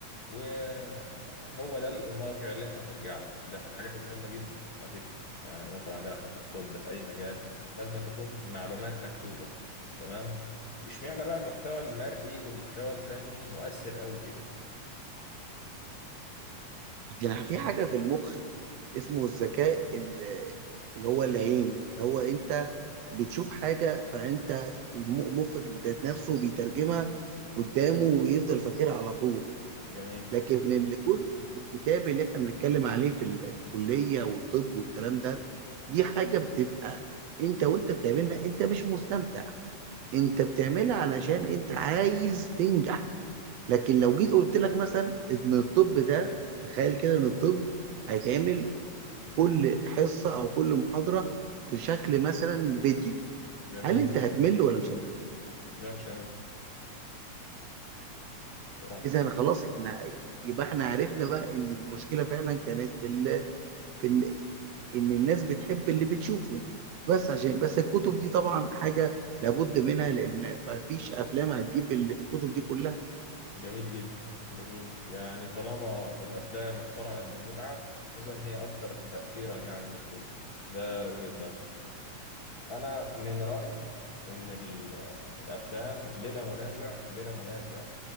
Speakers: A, on the left; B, on the right.
A: وهو ده المرجع اللي أنت هترجع له ده في الحاجات المهمة جدا على فكرة يعني مثلا عندنا إحنا في الطب في أي مجال لازم تكون معلومات مكتوبة تمام اشمعنى بقى المحتوى المرئي والمحتوى الفني مؤثر قوي كده
B: يعني في حاجه في المخ اسمه الذكاء ال- اللي هو العيني اللي هو انت بتشوف حاجه فانت الم- مخك ذات نفسه بيترجمها قدامه ويفضل فاكرها على طول
A: جميل
B: لكن اللي كل الكتاب اللي احنا بنتكلم عليه في الكليه والطب والكلام ده دي حاجه بتبقى انت وانت بتعملها انت مش مستمتع انت بتعملها علشان انت عايز تنجح لكن لو جيت قلت لك مثلا ان الطب ده تخيل كده ان الطب هيتعمل كل حصه او كل محاضره في شكل مثلا فيديو
A: جميل
B: هل انت هتمل ولا مش هتمل؟
A: لا مش جميل الصراحة
B: اذا
A: يعني
B: خلاص احنا يبقى احنا عرفنا بقى ان المشكله فعلا كانت في ال في ال ان الناس بتحب اللي بتشوفه بس عشان بس الكتب دي طبعا حاجه لابد منها لان ما فيش افلام هتجيب اللي في الكتب دي كلها
A: جميل جدا جميل يعني طالما الأفلام اقترنت بالمتعة إذن هي أكثر تأثيرا يعني من الكتب ده وجهة نظري انا من رايي ان ال- الافلام بلا منازع بلا منازع